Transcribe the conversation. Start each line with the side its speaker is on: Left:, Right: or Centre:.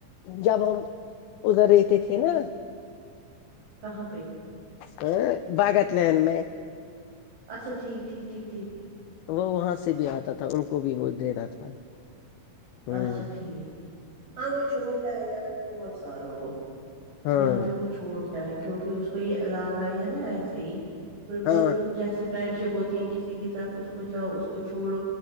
Left: جب ہم ادھر رہتے تھے نا
Right: کہاں پہ
Left: ہاں باغات لین میں
Right: اچھا ٹیھک ٹھیک ٹھیک ٹھیک
Left: وہ وہاں سے بھی آتا تھا ان کو بھی وہ دینا تھا ہوں
Right: اچھا ٹھیک ٹھیک ہاں وہ چھوڑتا ہے یہاں پہ بہت ساروں کو
Left: ہاں
Right: یہاں پہ وہ چھوڑتا ہے کیونکہ اس کو یہ علاقہ ہی ہے نا ایسے ہی مطلب
Left: ہاں
Right: جیسی فرینڈ شپ ہوتی ہیں کسی کے ساتھ اس کو جاؤ اس کو چھوڑو